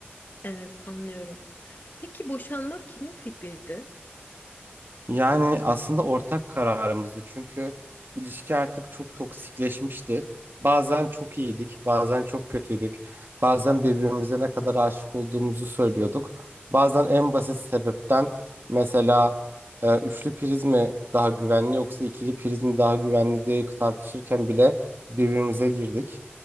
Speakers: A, on the left; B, on the right.
A: Evet, anlıyorum. Peki boşanmak kimin fikriydi?
B: Yani aslında ortak kararımızdı çünkü ilişki artık çok toksikleşmişti. Bazen çok iyiydik, bazen çok kötüydük. Bazen birbirimize ne kadar aşık olduğumuzu söylüyorduk. Bazen en basit sebepten mesela e, üçlü priz mi daha güvenli yoksa ikili priz mi daha güvenli diye tartışırken bile birbirimize girdik.